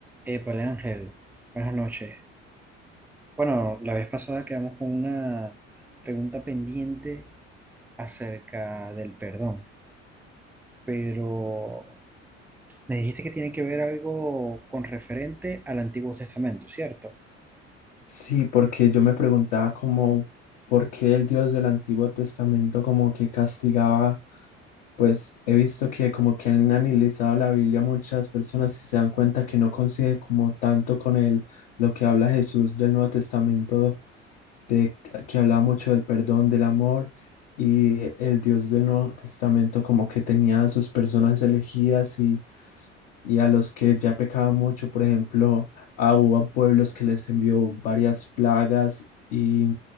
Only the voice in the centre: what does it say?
Épale, Ángel, buenas noches. Bueno, la vez pasada quedamos con una pregunta pendiente acerca del perdón, pero me dijiste que tiene que ver algo con referente al Antiguo Testamento, ¿cierto?